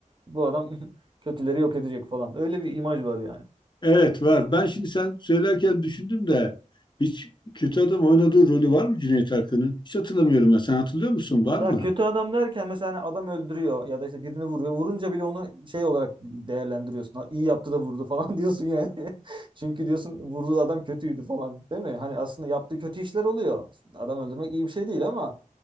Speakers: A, on the right (about 35°); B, on the left (about 35°).
A: Bu adam <laughs> kötüleri yok edecek falan. Öyle bir imaj var yani.
B: Evet var. Ben şimdi sen söylerken düşündüm de hiç kötü adam oynadığı rolü var mı Cüneyt Arkın'ın? Hiç hatırlamıyorum ben. Sen hatırlıyor musun? Var
A: Ya
B: mı?
A: kötü adam derken mesela hani adam öldürüyor ya da işte birini vuruyor. Vurunca bile onu şey olarak değerlendiriyorsun. Ha, iyi yaptı da vurdu falan <laughs> diyorsun yani. <laughs> Çünkü diyorsun vurduğu adam kötüydü falan değil mi? Hani aslında yaptığı kötü işler oluyor. Adam öldürmek iyi bir şey değil ama